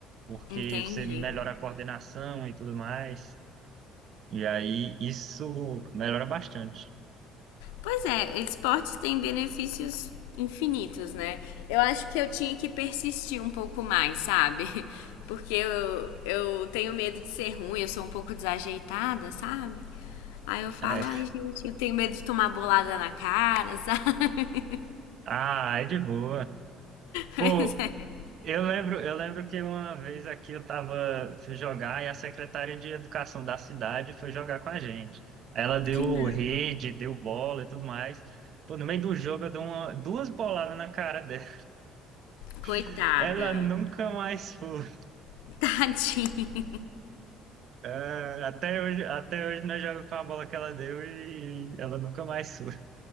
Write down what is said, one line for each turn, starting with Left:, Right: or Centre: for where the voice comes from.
Right: porque
Left: entendi.
Right: você melhora a coordenação e tudo mais. E aí, isso melhora bastante. <laughs>
Left: Pois é, esportes têm benefícios infinitos, né? Eu acho que eu tinha que persistir um pouco mais, sabe? <laughs> Porque eu, eu tenho medo de ser ruim, eu sou um pouco desajeitada, sabe? Aí eu falo,
Right: É.
Left: ai gente, eu tenho medo de tomar bolada na cara, sabe? <laughs>
Right: Ah, é de boa.
Left: Pois
Right: Pô,
Left: é.
Right: Eu lembro, eu lembro que uma vez aqui eu tava, fui jogar e a secretária de educação da cidade foi jogar com a gente. Ela deu
Left: Que merda.
Right: rede, deu bola e tudo mais. Pô, no meio do jogo eu dei uma, duas boladas na cara dela.
Left: Coitada.
Right: <laughs> Ela nunca mais foi.
Left: <laughs> Tadinha.
Right: É, até hoje, até hoje nós jogamos com a bola que ela deu e ela nunca mais foi.